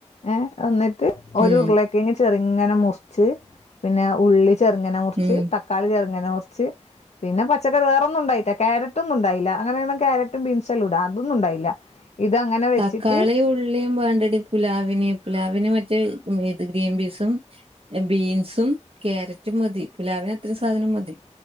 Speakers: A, on the left; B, on the right.
A: ഏഹ് എന്നിട്ട് ഒരു
B: ഉം
A: ഉരുളക്കിഴങ്ങ് ചെറിങ്ങനെ മുറിച്ച് പിന്നെ ഉള്ളി ചെറ്ങ്ങനെ മുറിച്ച്
B: ഉം
A: തക്കാളി ചെറ്ങ്ങനെ മുറിച്ച് പിന്നെ പച്ചക്കറി വേറൊന്നും ഉണ്ടായില്ല ക്യാരറ്റൊന്നും ഉണ്ടായില്ല അങ്ങനെയൊണം കാരറ്റും ബീൻസും എല്ലാം ഇടാം അതൊന്നും ഉണ്ടായില്ല ഇത് അങ്ങനെ വെച്ചിട്ട്
B: തക്കാളിം ഉള്ളിയും വേണ്ടടി പുലാവിനെ പുലാവിനെ മറ്റേ ഇത് ഗ്രീൻ ബീസും ബീൻസും കാരറ്റും മതി പുലാവിന് ഇത്തിരി സാധനം മതി